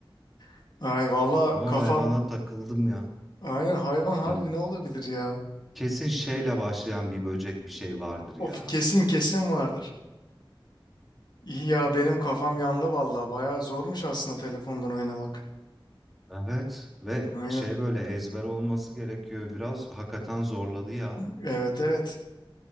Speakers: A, on the left; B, in the centre.
A: <laughs> Ay valla
B: Ama
A: kafam
B: hayvana takıldım ya.
A: Aynen hayvan harbi
B: Hı.
A: ne olabilir ya?
B: Kesin şeyle başlayan bir böcek bir şey vardır ya.
A: Of kesin kesin vardır. İyi ya benim kafam yandı valla. Bayağı zormuş aslında telefondan oynamak.
B: Evet ve
A: Aynen.
B: şey böyle ezber olması gerekiyor biraz. Hakikaten zorladı ya.
A: Evet evet.